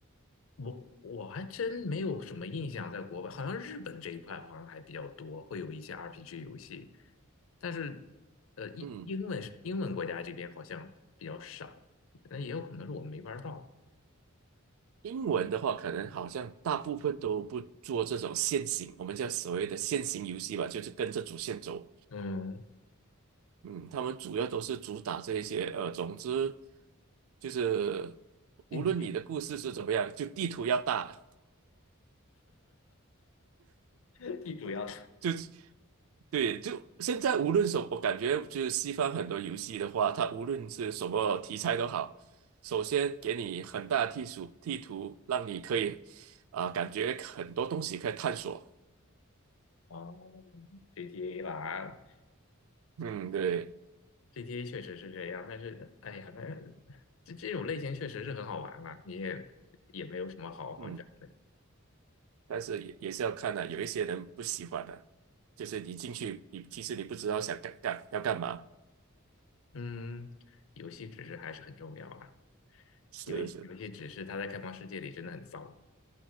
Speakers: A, on the left; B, on the right.
A: 我我还真没有什么印象，在国外好像日本这一块好像还比较多，会有一些 RPG 游戏，但是呃英英文是英文国家这边好像比较少，
B: 嗯。
A: 那也有可能是我没玩到。
B: 英文的话，可能好像大部分都不做这种线行，我们叫所谓的线行游戏吧，就是跟着主线走。
A: 嗯，
B: 嗯，他们主要都是主打这一些，呃，总之就是呃无论你的故事是怎么样，
A: 竞技游戏，
B: 就地图要大，
A: <laughs> 地主要
B: 就对，就现在无论什么，我感觉就是西方很多游戏的话，它无论是什么题材都好，首先给你很大的地图地图，让你可以啊、感觉很多东西可以探索。
A: 哦，GTA 吧
B: 嗯，对，
A: g t a 确实是这样，但是哎呀，那这这种类型确实是很好玩啊，你也也没有什么好好讲。
B: 嗯。
A: 的。
B: 但是也也是要看的、有一些人不喜欢的、就是你进去，你其实你不知道想干干要干嘛，
A: 嗯，游戏知识还是很重要啦，
B: 是是
A: 有游有一些知识它在开放世界里真的很糟，